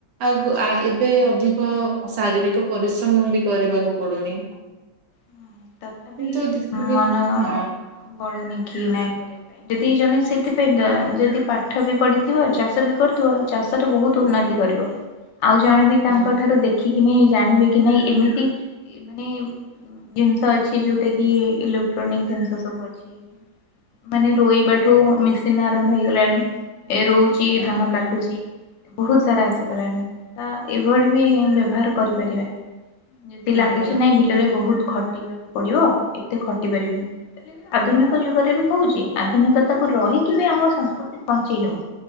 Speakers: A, on the right; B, on the left.
A: ଆଉ ଏବେ ଅଧିକ ଶାରୀରିକ ପରିଶ୍ରମ ବି କରିବାକୁ ପଡୁନି।
B: ହଁ ତଥାପି
A: କିନ୍ତୁ ଯେତିକି
B: ମନ
A: ହଁ।
B: ବଳୁନି କି ନାଇଁ କରିବା ପାଇଁ ଯଦି ଜଣେ ସେଥିପାଇଁ ଯଦି ପାଠ ବି ପଢିଥିବ ଚାଷ ବି କରୁଥିବ ଚାଷରେ ବହୁତ ଉନ୍ନତି କରିବ। ଆଉ ଜଣେ ବି ତାଙ୍କ
A: ଆଜ୍ଞା
B: ଠାରୁ ଦେଖିକିନି ଜାଣିବେ କି ନାଇଁ ଏମିତି ମାନେ ଜିନିଷ ଅଛି ଯୋଉଟା କି ଇଲେକ୍ଟ୍ରୋନିକ ଜିନିଷ ସବୁ ଅଛି। ମାନେ ରୋଇବା ଠୁ ମେସିନ ଆରମ୍ଭ ହେଇଗଲାଣି ଏ ରୋଉଛି
A: ଆଜ୍ଞା
B: ଧାନ କାଟୁଛି। ବହୁତ ସାରା ଆସିଗଲାଣି ତା ଏଇଭଳି ବି ବ୍ୟବହାର କରିପାରିବା। ଯଦି ଲାଗୁଛି
A: ଆଜ୍ଞା
B: ନାଇଁ ବିଲରେ ବହୁତ ଖଟିବାକୁ ପଡିବ ଏତେ ଖଟି ପାରିବେନି ଆଧୁନିକ ଯୁଗରେ ବି ହଉଛି ଆଧୁନିକତାକୁ ରହିକି ବି ଆମ ସଂସ୍କୃତିକୁ ବଞ୍ଚେଇ ହେବ